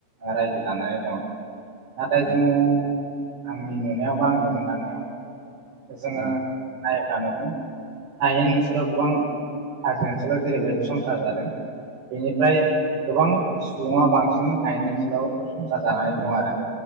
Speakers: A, on the right (about 45°); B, on the right (about 65°).
A: रायजो जानानै दं नाथाय
B: उम
A: जोङो आंनि नुनायाव बा आंनि मोनदांनायाव जोङो
B: उम
A: नायोब्ला नुगोन हायेन ओनसोलाव गोबां हाजो ओनसोलाव जेरैबायदि संसार जादों बेनिफ्राय गोबां सुबुङा बांसिन हायेन ओनसोलखौ संसार जानानै दं
B: उम
A: आरो